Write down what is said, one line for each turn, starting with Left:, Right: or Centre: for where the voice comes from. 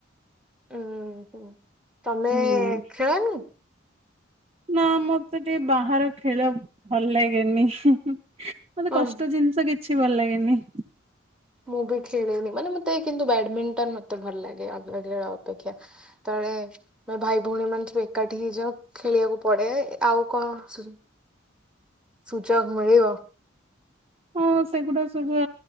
Centre: ହୁଁ ହ। ତମେ
Right: ହୁଁ
Centre: ଖେଳନି।
Right: ନା ମତେ ଟିକେ ବାହାର ଖେଳ ଭଲ ଲାଗେନି। ମତେ
Centre: ହଁ
Right: କଷ୍ଟ ଜିନିଷ କି କିଛି ଭଲ ଲାଗେନି।
Centre: ମୁଁ ବି ଖେଳିନି ମାନେ ମତେ କିନ୍ତୁ ବ୍ୟାଡମିଣ୍ଟନ ମତେ ଭଲ ଲାଗେ ଅନ୍ୟ ଖେଳ ଅପେକ୍ଷା ଯେତେବେଳେ ମୋ ଭାଇ ଭଉଣୀ ମାନେ ସବୁ ଏକାଠି ହେଇଯାଉ ଖେଳିବାକୁ ପଡେ ଆଉ କଣ ସୁ ସୁଯୋଗ ମିଳିବ।
Right: ହଁ ସେଗୁଡା ସବୁ